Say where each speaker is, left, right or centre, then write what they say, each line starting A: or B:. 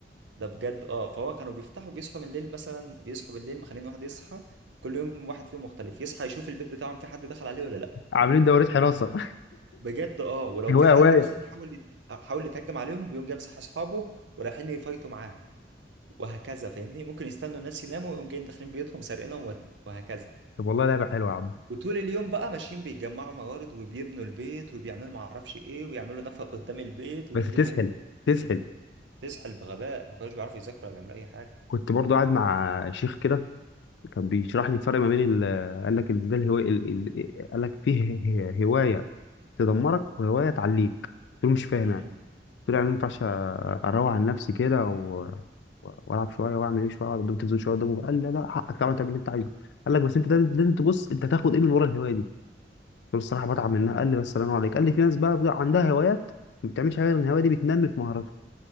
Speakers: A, on the right; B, on the left.
A: ده بجد اه فهو كانوا بيفتحوا بيصحوا من الليل مثلا بيصحوا بالليل مخلين واحد يصحى كل يوم واحد فيهم مختلف يصحى يشوف البيت بتاعهم في حد دخل عليه ولا لا
B: عاملين دورات حراسه
A: بجد اه ولو
B: <laughs>
A: في
B: هوايه
A: حد
B: هوايه
A: مثلا حاول يت- حاول يتهجم عليهم بيقوم جاي مصحي اصحابه ورايحين يفايتوا معاه وهكذا فاهمني ممكن يستنوا الناس يناموا ويقوم جايين داخلين بيوتهم سارقينهم وهكذا
B: طب والله لعبه حلوه يا عم
A: وطول اليوم بقى ماشيين بيجمعوا موارد وبيبنوا البيت وبيعملوا معرفش ايه ويعملوا نفق قدام البيت ويجيبوا
B: بس تسحل تسحل
A: تسحل بغباء ما كانوش بيعرفوا يذاكروا ولا بيعملوا اي حاجه
B: كنت برضو قاعد مع شيخ كده كان بيشرح لي الفرق ما بين ال- قال لك ازاي الهوايه ال- ال- قال لك فيه هي- هوايه تدمرك وهوايه تعليك قلت له مش فاهم
A: امم
B: يعني قلت له يعني ما ينفعش أ- اروق عن نفسي كده و- و- والعب شويه واعمل ايه شويه واقعد قدام التلفزيون شويه قدامه قال لا لا حقك طبعا تعمل اللي انت عايزه قال لك بس انت لازم لازم تبص انت هتاخد ايه من ورا الهوايه دي قلت له الصراحه بتعب منها قال لي بس الله عليك قال لي في ناس بقى بتبقى عندها هوايات ما بتعملش حاجه غير ان الهوايه دي بتنمي في مهاراتها